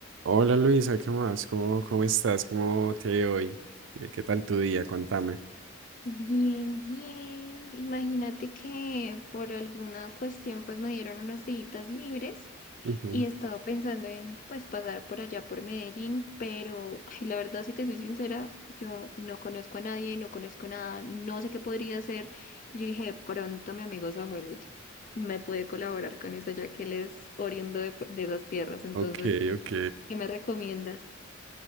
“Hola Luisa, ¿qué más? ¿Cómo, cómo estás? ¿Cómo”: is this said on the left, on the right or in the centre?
Right